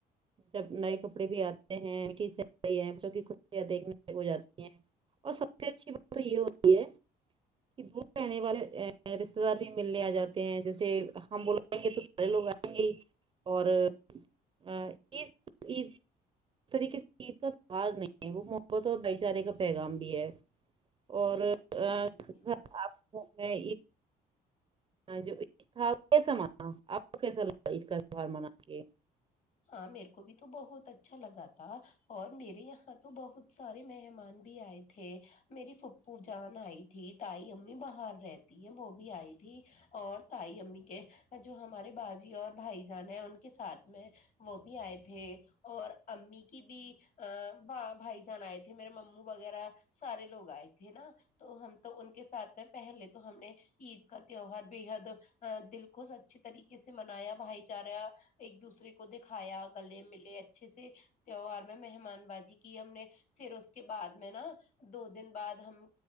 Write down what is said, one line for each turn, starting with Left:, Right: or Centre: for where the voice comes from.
Right: جب نئے کپڑے بھی آتے ہیں سئی ہیں جو کی خیاں دیکھنے ہو جاتی ہیں اور سب سے اچھی بات تو یہ ہو رہی ہے دور رہنے والے رشتے دار بھی ملنے آ جاتے ہیں جیسے ہم بولائیں گے تو سارے لوگ آئیں گے اور ا عید عید اس طریقے سے چ کا تہار نہیں ہے وہ محبت اور بھائی چارے کا پیغام بھی ہے اور گھر
Left: جی جی بالکل
Right: آپ گھر میں ہاں جو عید تھا کیسا منا آپ کو کیسا لگا عید کا تہوار منا کے
Left: ہاں میرے کو بھی تو بہت اچھا لگا تھا اور میرے یہاں تو بہت سارے مہمان بھی آئے تھے میری پھپو جان آئی تھی تائی امی باہر رہتی ہے وہ بھی آئی تھی اور تائی امی کے جو ہمارے باجی اور بھائی جان ہیں ان کے ساتھ میں وہ بھی آئے تھے اور امی کی بھی ا بھائی جان آئے تھے میرے مو وغیرہ سارے لوگ آئے تھے نا تو ہم تو ان کے ساتھ میں پہلے تو ہم نے عید کا تیوہار بے حد ا دل کو اچھے طریقے سے منایا بھائی چارہ ایک دوسرے دوسرے کو دکھایا گلے ملے اچھے سے تیوار میں مہمان بازی کی ہم نے پھر اس کے بعد میں نا دو دن بعد ہم